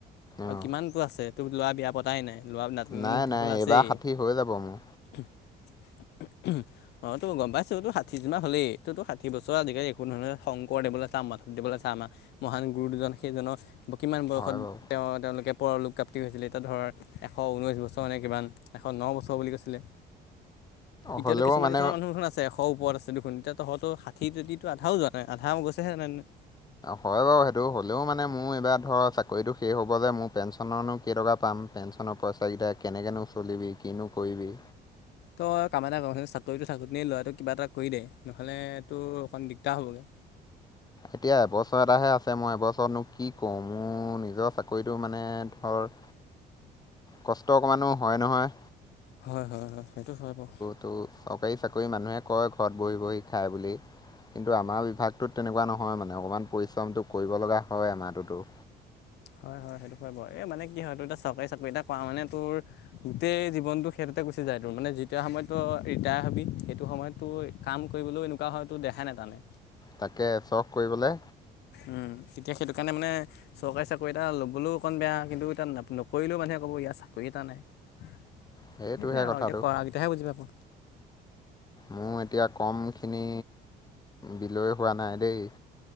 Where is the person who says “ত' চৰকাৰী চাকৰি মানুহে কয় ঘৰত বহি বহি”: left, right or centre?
Left